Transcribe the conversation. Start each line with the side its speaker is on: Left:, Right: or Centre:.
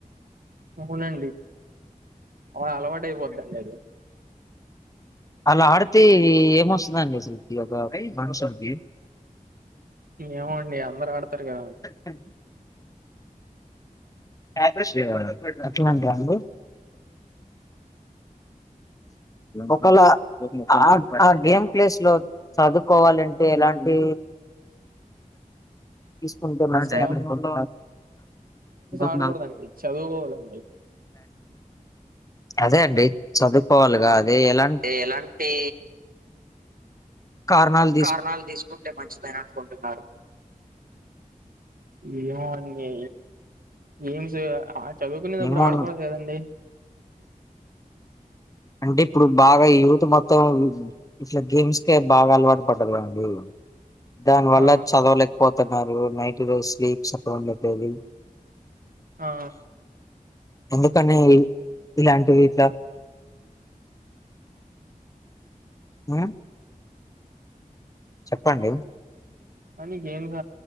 Right: అవునండి అలా అలవాటు అయిపోద్దండి అది
Left: అలా ఆడితే ఏమొస్తుందండి అసలుకి ఒక మనుషులకి
Right: ఏమోండి అందరు ఆడతారు కదా
Left: స ట్యాబ్ బ్రష్ లేదా అట్లంటారా అండి ఒకళా ఆ ఆ గేమ్ ప్లేస్‌లో చదువుకోవాలంటే ఎలాంటి తీసుకుంటే మంచిదండి
Right: సో
Left: <unintelligible>
Right: అడకుడదండి చదువుకోవాలండి
Left: అదే అండి చదువుకోవాలిగా అదే ఎలా
Right: టే ఎలాంటి
Left: కారణాల్
Right: కారణాలు తీసుకుంటే మంచిదని అనుకుంటున్నాడు ఏమో అండి గేమ్స్ చదువుకునేటప్పుడు
Left: ఏమో
Right: ఆడకూడదు కదండి
Left: అంటే ఇప్పుడు బాగా యూత్ మొత్తం ఇట్లా గేమ్స్‌ కే బాగా అలవాటు పడ్డారు కదండి దానివల్ల
Right: ఆ
Left: చదవలేకపోతున్నారు నైట్ రోజు స్లీప్ సక్కగా ఉండట్లేదు
Right: ఆ
Left: అందుకనే ఇలాంటివి జ ఉమ్మ్ చెప్పండి
Right: అని గేమ్స్